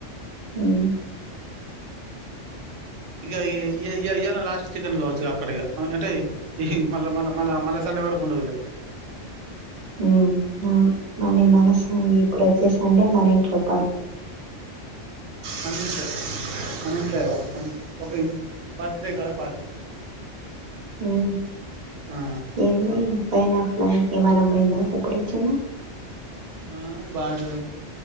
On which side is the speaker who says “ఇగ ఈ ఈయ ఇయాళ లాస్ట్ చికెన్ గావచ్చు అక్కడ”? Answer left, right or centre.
Right